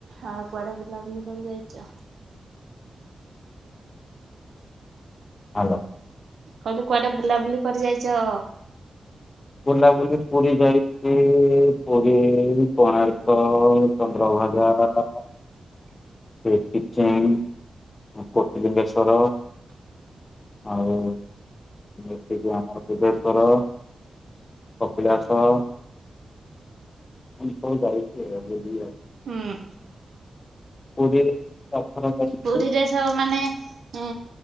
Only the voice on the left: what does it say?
ଆଲ
ବୁଲାବୁଲି ପୁରୀ ଯାଇଛି, ପୁରୀ, କୋଣାର୍କ, ଚନ୍ଦ୍ର ହଜ <unintelligible>
ସେ କିଚେନ ପ୍ରୋଟ ବେଶର <unintelligible> ଆଉ ଯେତିି ଆମର ବୁଧେଶ୍ଵର କପିଳାସ। <unintelligible>
ପୁରୀ ଚାରିଥର ଯାଇଛି